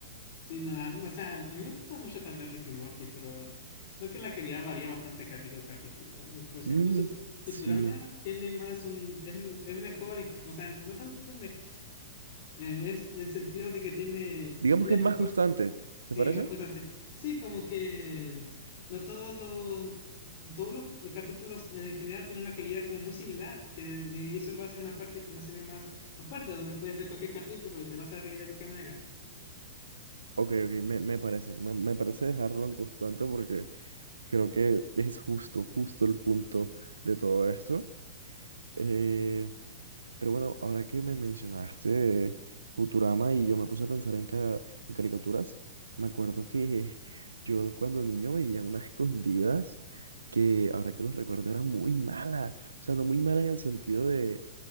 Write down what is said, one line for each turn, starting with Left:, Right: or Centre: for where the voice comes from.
Left: Sí, no, a mí, o sea, a mí me gusta mucho también Rick y Morty, pero siento que la calidad varía bastante capítulo a capítulo. Por ejemplo,
Right: Mm,
Left: su Futurama
Right: sí,
Left: tiene más un, es, es mejor, en gen- o sea, no tanto me, eh, es en sentido de que tiene,
Right: digamos
Left: tiene
Right: que es
Left: mejor,
Right: más constante,
Left: Sí,
Right: ¿te parece?
Left: más constante. Sí, como que no todos los, todos los, los capítulos en general tienen una calidad como muy similar, que, y eso lo hace una fuerte, una serie más, más fuerte, donde puedes ver cualquier capítulo y te vas a reír de cualquier manera.
Right: Ok, ok, me, me parece, me, me parece dejarlo en constante porque Creo que es justo, justo el punto de todo esto. Eh, pero bueno, ahora que me mencionaste Futurama y yo me puse a pensar en, ca- en caricaturas, me acuerdo que <laughs> yo cuando niño veía unas escondidas que ahora que los recuerdo era muy mala. O sea, no muy mala en el sentido de